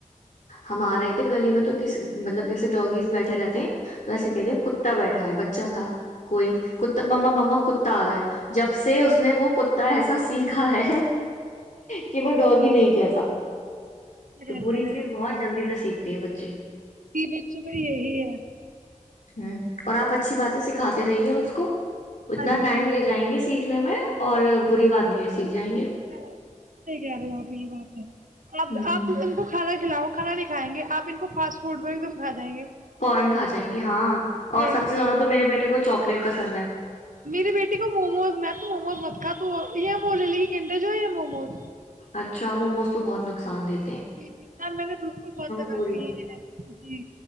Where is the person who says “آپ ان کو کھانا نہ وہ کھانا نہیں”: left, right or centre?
Right